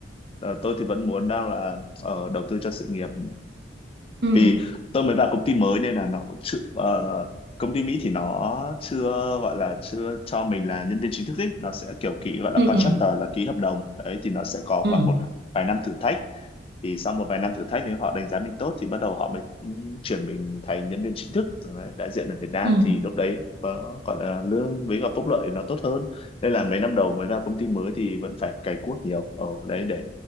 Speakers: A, on the left; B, on the right.
A: ờ, tôi thì vẫn muốn đang là ở đầu tư cho sự nghiệp
B: ừ
A: vì tôi mới vào công ty mới nên là nó cũng chưa ờ, công ty Mỹ thì nó chưa gọi là chưa cho mình là nhân viên chính thức ấy nó sẽ kiểu ký gọi là
B: ừ
A: contractor
B: ừ
A: là ký hợp đồng đấy thì nó sẽ có
B: ừ
A: khoảng một vài năm thử thách thì sau một vài năm thử thách nếu họ đánh giá mình tốt thì bắt đầu họ mới ừ, chuyển mình thành nhân viên chính thức đấy, đại diện ở Việt Nam
B: ừ
A: thì lúc đấy có gọi là lương với cả phúc lợi nó tốt hơn nên là mấy năm đầu mới vào công ty mới thì vẫn phải cày cuốc nhiều ở đấy để